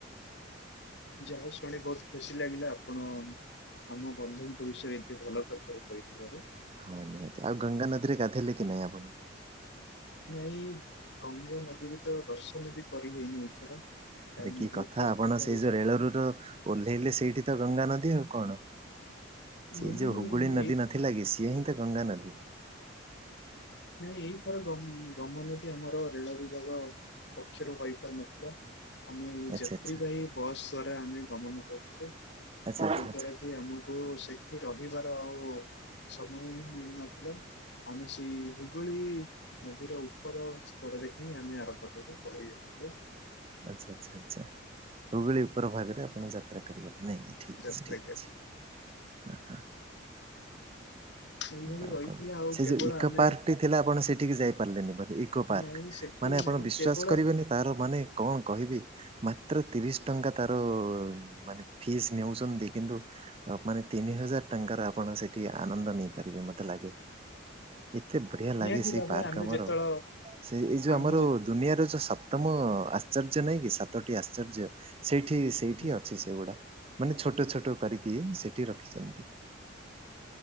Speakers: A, on the left; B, on the right.
A: ଯା ହଉ ଶୁଣି ବହୁତ ଖୁସି ଲାଗିଲା ଆପଣ ଆମ ବନ୍ଧୁଙ୍କ ବିଷୟରେ ଏତେ ଭଲ କଥା ହ କହିଥିବାରୁ
B: ହଁ ନିହାତି ଆଉ ଗଙ୍ଗା ନଦୀରେ ଗାଧୋଇଲେ କି ନାଇଁ ଆପଣ?
A: ନାଇଁ ଗଙ୍ଗା ନଦୀରେ ତ ଦର୍ଶନ ବି କରିହେଇନି ଏଥର। କାହିଁକି
B: ଆରେ କି
A: ନା ବହୁତ
B: କଥା
A: ବ୍ୟସ୍ତତା
B: ଆପଣ ସେଇ
A: ଭିତରେ
B: ଯୋଉ ରେଳରୁ ର ଓହ୍ଲେଇଲେ ସେଇଠି ଗଙ୍ଗା ନଦୀ ଆଉ କଣ ସେଇ
A: ନାଇଁ
B: ଯୋଉ ହୁଗୁଳି
A: ମୁଁ
B: ନଦୀ
A: ଏଇ
B: ନଥିଲା କି ସିଏ ହିଁ ଗଙ୍ଗା ନଦୀ।
A: ନାଇଁ ଏଇଥର ଗନ୍ ଗଙ୍ଗା ନଦୀ ଆମର ରେଳ ବିଭାଗ ପକ୍ଷରୁ ହୋଇ ପାରି ନଥିଲା ଆମେ
B: ଆଚ୍ଛା
A: ଯାତ୍ରୀବାହ
B: ଆଚ୍ଛା।
A: ବସ୍ ଦ୍ଵାରା ଆମେ ଗମନ କରୁୁଥିଲୁ।
B: ଆଚ୍ଛା
A: ଏ
B: ଆଚ୍ଛା
A: ଯୋଉ
B: ଆଚ୍ଛା
A: ଦ୍ଵାରା କି ଆମକୁ ସେଠି ରହି ଯିବାର ଆଉ ସମୟ ହିଁ ମିଳିନଥିଲା। ଆମେ ସେଇ ହୁଗୁଳି ନଦୀର ଉପର ସ୍ଥଳରେ ହିଁ ଆମେ ଆରମ୍ଭରୁ ପଳେଇଥିଲୁ।
B: ଆଚ୍ଛା ଆଚ୍ଛା ଆଚ୍ଛା ହୁଗଳି ଉପର ଭାଗରେ ଆପଣ ଯାତ୍ରା ଗଲେ ନାଇଁ ଠିକ୍
A: ଯାତ୍ରା
B: ଅଛି ଠିକ୍
A: କରି
B: ଅଛି ହଁ।
A: ଏଇଭଳି
B: ଆଉ
A: ରହିଥିଲା
B: କଣ
A: ଆଉ
B: ସେ
A: କେବଳ
B: ଯୋଉ ଇକୋ
A: ଆମେ
B: ପାର୍ଟି ଟି ଥିଲା ଆପଣ ସେଠି ଟିକେ ଯାଇ ପାରିଲେନି ବୋଧେ ଇକୋ ପାର୍କ
A: ନାଇଁ ସେଠୁ
B: ମାନେ
A: ବି
B: ଆପଣ
A: ନାଇଁ
B: ବିଶ୍ଵାସ
A: କେବଳ
B: କରିବେନି ତାହାର ମାନେ କଣ କହିବି ମାତ୍ର ତିରିଶ ଟଙ୍କା ତାର ମାନେ ଫିସ୍ ନେଉଚନ୍ତି କିନ୍ତୁ ମାନେ ତିନି ହଜାର ଟଙ୍କାର ଆପଣ ସେଠି ଆନନ୍ଦ ନେଇପାରିବେ ମତେ ଲାଗେ। ଏତେ ବଢିଆ
A: ନିହାତି
B: ଲାଗେ ସେଇ
A: ଭାବେ
B: ପାର୍କ
A: ଆମେ
B: ଆମର
A: ଯେତେବେଳେ
B: ସେ ଏଇ ଯୋଉ
A: ଆମେ
B: ଆମର ଦୁନିଆର ଯୋଉ ସ ପ୍ତମ ଆଶ୍ଚର୍ଯ୍ୟ ନାଇଁ କି ସାତଟି ଆଶ୍ଚର୍ଯ୍ୟ ସେଇଠି ସେଇଠି
A: ଯେତେବେଳେ
B: ଅଛି ସେଗୁଡା ମାନେ ଛୋଟ ଛୋଟ କରିକି ସେଠି ରଖିଚନ୍ତି।